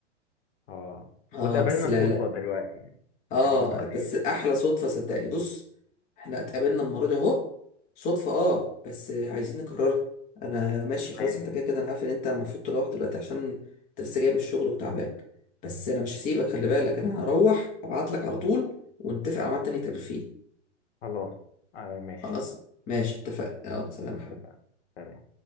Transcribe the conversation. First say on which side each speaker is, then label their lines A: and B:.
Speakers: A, on the left; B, on the left.
A: اه
B: اه
A: واتقابلنا
B: بس لا
A: صدفة
B: لا
A: دلوقتي
B: اه
A: يعني متخيل
B: بس احلى صدفه صدقني بص احنا اتقابلنا المره دي اهو صدفه اه بس عايزين نكررها انا ماشي خلاص
A: متخيل
B: انت كده كده انا عارف ان انت المفروض تروح دلوقتي عشان انت لسه جاي من الشغل وتعبان بس انا مش هسيبك خلي بالك انا هروح ابعت لك على طول ونتفق على ميعاد تاني نتقابل فيه
A: خلاص آه ماشي
B: خلاص ماشي اتفقنا يلا سلام يا حبيبي
A: اتفقنا سلام.